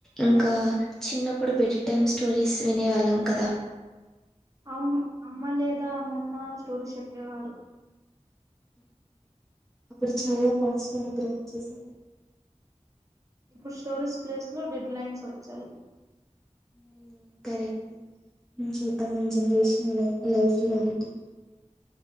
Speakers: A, in the centre; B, on the right (about 25°).
A: ఇంకా చిన్నప్పుడు బెట్ టైమ్ స్టోరీస్ వినేవాళ్ళం కదా
B: అవును అమ్మ లేదా అమ్మమ్మ స్టోరీస్ చెప్పేవారు
A: అప్పుడు చాలా ఫాస్టా నిద్ర వచ్చేసేది
B: ఇప్పుడు స్టోరీస్ ప్లేస్ లో డెడ్ లైన్స్ వచ్చాయి
A: హ కరెక్టే చూద్దామ్ మన generation life reality